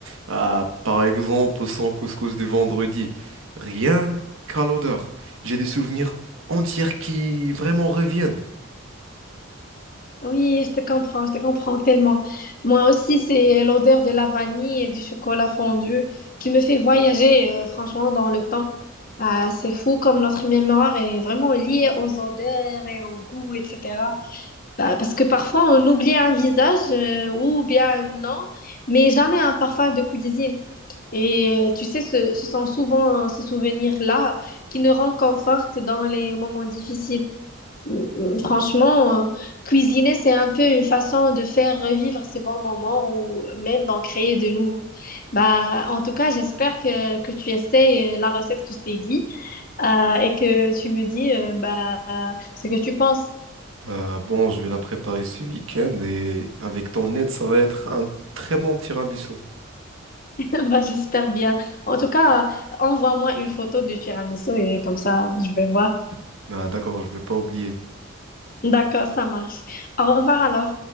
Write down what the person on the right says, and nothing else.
Bah, par exemple, son couscous de vendredi. Rien qu'à l'odeur. J'ai des souvenirs entiers qui vraiment reviennent.
Bah, bon, je vais la préparer ce week-end et avec ton aide, ça va être un très bon tiramisu.
Bah, d'accord, je vais pas oublier.